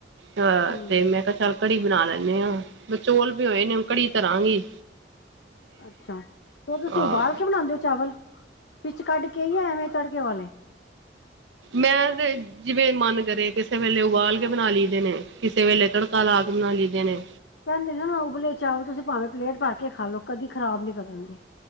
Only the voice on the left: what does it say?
ਹਮ
ਅੱਛਾ ਫਿਰ ਤੁਸੀਂ
ਉਬਾਲ ਕੇ ਬਣਾਉਂਦੇ ਹੋ ਚਾਵਲ ਪੀੱਛ ਕੱਢ ਕੇ ਯਾਂ ਐਵੇਂ ਤੜਕੇ ਵਾਲੇ
ਕਹਿੰਦੇ ਨੇ ਉਬਲੇ ਚਾਵਲ ਤੁਸੀਂ ਭਾਵੇਂ ਪਲੇਟ ਭਰ ਕੇ ਖਾ ਲਓ ਕਦੀ ਖ਼ਰਾਬ ਨੀ ਕਰਨਗੇ।